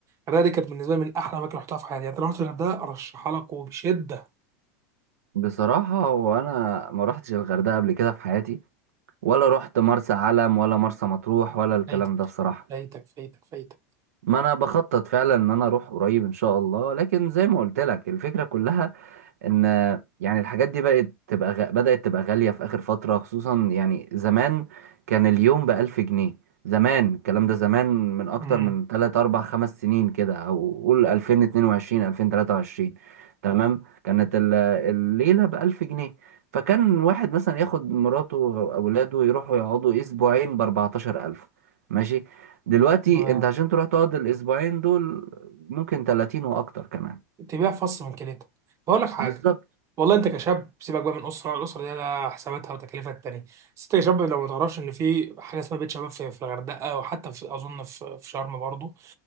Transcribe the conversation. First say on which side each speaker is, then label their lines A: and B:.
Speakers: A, on the right; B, on the right.
A: الغردقه دي كانت بالنسبه لي من احلى اماكن رحتها في حياتي يعني لو رحت الغردقه ارشحها لك وبشده
B: بصراحة وانا ما روحتش الغردقة قبل كده في حياتي ولا روحت مرسى علم ولا مرسى مطروح ولا الكلام
A: فايتك
B: ده بصراحة
A: فايتك فايتك فايتك
B: ما انا بخطط فعلا ان انا اروح قريب ان شاء الله لكن زي ما قلت لك الفكرة كلها ان يعني الحاجات دي بقت تبقى غ... بدأت تبقى غالية في آخر فترة خصوصا يعني زمان كان اليوم بألف جنيه زمان الكلام ده زمان من أكتر
A: امم
B: من تلات أربع خمس سنين كده أو قول ألفين اتنين وعشرين ألفين تلاتة وعشرين تمام كانت ال- الليلة بألف جنيه فكان واحد مثلا ياخد مراته أو أولاده يروحوا يقعدوا أسبوعين بأربعتاشر ألف ماشي دلوقتي
A: تمام.
B: أنت عشان تروح تقعد الأسبوعين دول ممكن تلاتين وأكتر كمان
A: تبيع فص من كليتك بقول لك حاجه
B: بالظبط
A: والله انت كشاب سيبك بقى من اسره الاسره دي لها حساباتها وتكلفها التانية بس انت كشاب لو ما تعرفش ان في حاجه اسمها بيت شباب في في الغردقه وحتى في اظن في في شرم برضه